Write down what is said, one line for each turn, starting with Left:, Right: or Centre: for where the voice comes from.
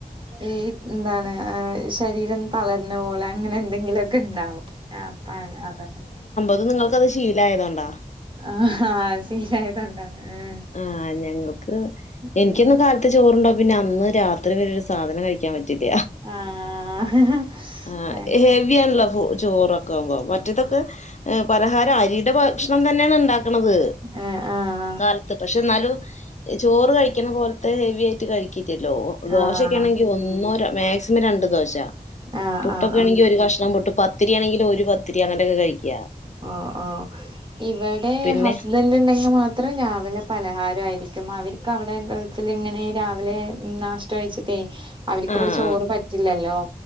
Right: ഉം എന്താണ് ശരീരം തളർന്ന പോലെ അങ്ങനെ എന്തെങ്കിലുമൊക്കെ ഉണ്ടാവും അ ആ അതൊ
Left: അത് നിങ്ങൾക്ക്ത് ശീലായ ത് കൊണ്ടാ
Right: ആഹ് ആഹ് ശീലായതോണ്ടാണ് ആഹ്
Left: ആഹ് ഞങ്ങൾക്ക് എനിക്കിന്ന്
Right: ഉം
Left: കാലത് ത് ചോറ്ണ്ടാ പിന്നെ അന്ന് രാത്രി വരെ ഒരു സാധനം കഴിക്കാൻ പറ്റില്ല
Right: ആഹ്
Left: ആഹ്
Right: അങ്ങനെ
Left: ഹെവി ആണല്ലോ ചോറ് മറ്റേതൊക്കെ പലഹാരം അരിയുടെ ഭക്ഷണം തന്നെയാണ് ഉണ്ടാക്കണത്
Right: ഏഹ് ആഹ്
Left: അത പക്ഷേ നാലും ചോറ്കഴിക്ണ പോലത്തെ ഹെവിആയിട്ട് കഴികിലല്ലോ ദോശകാണെങ്കി
Right: ആഹ്
Left: ഒന്നോ രണ് മാക്സിമം രണ്ട് ദോശ
Right: ആഹ് ആഹ്
Left: പുട്ടൊക്കെ
Right: ആഹ്
Left: ആണെങ്കിൽ ഒരു കഷ്ണം പുട്ട് പ പത്തിരിയാണെങ്കിൽ ഒരു പത്തിരി അങ്ങനെയൊക്കെ കഴിക്കാ
Right: ഓഹ് ഓഹ് ഇവടെ
Left: പിന്നെ
Right: ഹസ്ബൻറ് ണ്ടെങ്കിൽ മാത് ത്ര ലാവിലെ പലഹാരായിരിക്കും അവർക്കവടെ ഗൾഫിലിങ്ങനെ രാവിലെ നാഷ്ടകയിച്ചി പ്പെ അവർക്ക്ഇവിടെ
Left: ആഹ്
Right: ചോറ് പറ്റില്ലല്ലോ